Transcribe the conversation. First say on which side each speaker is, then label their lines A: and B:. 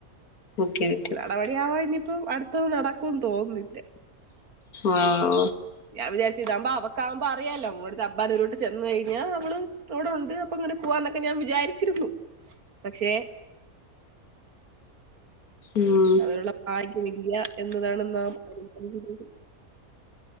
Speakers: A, on the left; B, on the right.
A: ഓക്കെ ഓക്കെ
B: നടപടി ആവാ ഇനിയിപ്പോ അടുത്തൊന്നും നടക്കുംന്ന് തോന്നുന്നില്ല
A: ആഹ
B: ഞാൻ വിചാരിച്ച ഇതാവുമ്പ അവക്കകുമ്പോ അറിയല്ലോടുത്തെ അ്ബാനരുോട്ടത് ചെന്നുകഴിഞ്ഞാൽ അവൾ അവിടെ ഉണ്ട് അപ്പൊ <unintelligible> അങ്ങനെ പോവാന്നൊക്കെ ഞാൻ വിചാരിച്ചിരുന്നു പക്ഷെ
A: ഉം
B: അതിനുള്ള ഭാഗ്യമില്ല എന്നതാണ് നാം അഭിമാനിക്കുന്നത്